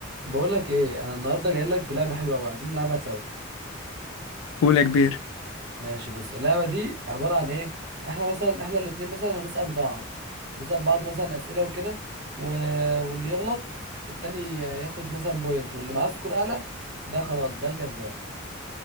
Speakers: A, on the right; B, on the left.
A: بقول لك ايه انا النهارده جاي لك بلعبه حلوه قوي عايزين نلعبها سوا
B: قول يا كبير
A: ماشي بص اللعبه دي عباره عن ايه احنا مثلا احنا الاتنين مثلا هنسال بعض هنسال بعض مثلا اسئله وكده و... واللي يغلط التاني ياخد مثلا بوينت واللي معاه سكور اعلى ده خلاص ده الكسبان